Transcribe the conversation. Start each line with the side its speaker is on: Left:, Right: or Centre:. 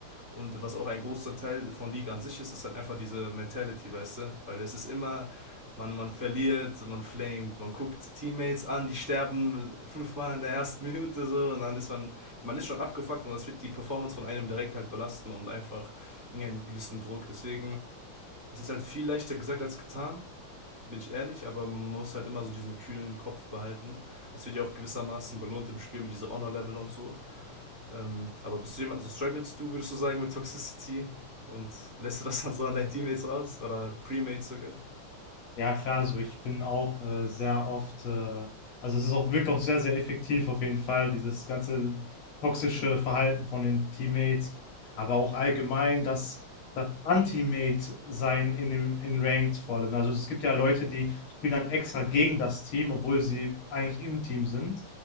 Right: Und was auch ein großer Teil von League an sich ist, ist halt einfach diese Mentality, weißt du? Weil es ist immer, man, man verliert, man flamet, man guckt Teammates an, die sterben fünfmal in der ersten Minute so und dann ist man, man ist schon abgefuckt und das wird die Performance von einem direkt halt belasten und einfach irgendeinen gewissen Druck. Deswegen, es ist halt viel leichter gesagt als getan, bin ich ehrlich, aber man muss halt immer so diesen kühlen Kopf behalten. Es wird ja auch gewissermaßen belohnt im Spiel mit dieser Honor-Level und so. Ähm, aber bist du jemand, so strugglest du, würdest du sagen, mit Toxicity und lässt du das dann so an deinen Teammates raus oder Premates sogar?
Left: Ja, klar, so ich bin auch äh, sehr oft, äh, also es ist auch, wirkt auch sehr, sehr effektiv auf jeden Fall, dieses ganze toxische Verhalten von den Teammates, aber auch allgemein das, das Anti-Mate-Sein in dem, in Ranked vor allem. Also es gibt ja Leute, die spielen dann extra gegen das Team, obwohl sie eigentlich im Team sind.